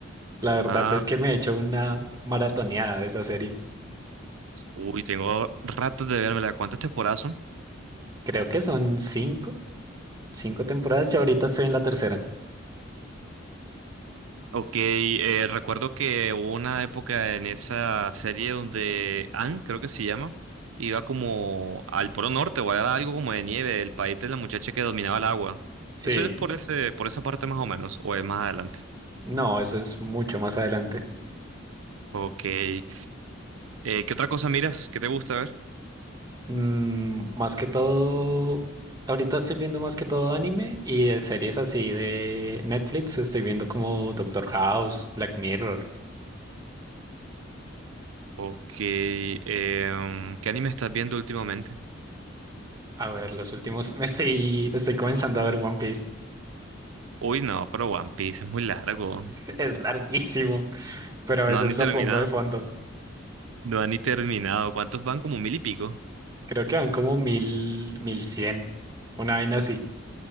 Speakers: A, on the right; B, on the right.
A: La verdad
B: Ah,
A: es que me he hecho una maratoneada de esa serie.
B: uy, tengo ratos de verme, ¿cuántas temporadas son?
A: Creo que son cinco, cinco temporadas. Yo ahorita estoy en la tercera.
B: Ok, eh, recuerdo que hubo una época en esa serie donde Anne, creo que se llama, iba como al Polo Norte o era algo como de nieve, el país de la muchacha que dominaba el agua.
A: Sí.
B: Eso es por ese, por esa parte más o menos, o es más adelante.
A: No, eso es mucho más adelante.
B: Ok. Eh, ¿qué otra cosa miras? ¿Qué te gusta ver?
A: Mm, más que todo, ahorita estoy viendo más que todo anime y de series así de Netflix. Estoy viendo como Doctor House, Black Mirror.
B: Ok, em, ¿qué anime estás viendo últimamente?
A: A ver, los últimos, <laughs> me estoy, estoy comenzando a ver One Piece.
B: Uy, no, pero One Piece es muy largo.
A: Es larguísimo, pero a
B: No
A: veces
B: han ni terminado.
A: lo pongo de fondo.
B: No han ni terminado. ¿Cuántos van? Como mil y pico.
A: Creo que van como mil, mil cien, una vaina así.